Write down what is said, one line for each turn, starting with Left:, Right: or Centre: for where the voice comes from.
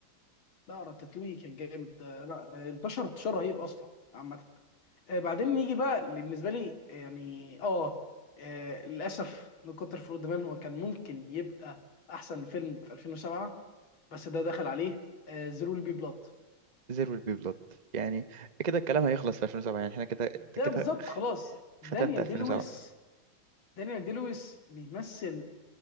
Left: لا راتاتوي كان جامد آه، لا انتشر انتشار رهيب اصلا عامه آه، بعدين نيجي بقى اللي بالنسبه لي آه، يعني اه آه، للاسف من كتر فروق دمان هو كان ممكن يبقى احسن فيلم في 2007 بس ده دخل عليه زيرو بي بلاد
Right: There will be blood يعني كده الكلام هيخلص في 2007 يعني احنا كده أنت
Left: ده
Right: كده
Left: بالظبط خلاص دانيال
Right: ختمت 2007
Left: دي لويس دانيال دي لويس بيمثل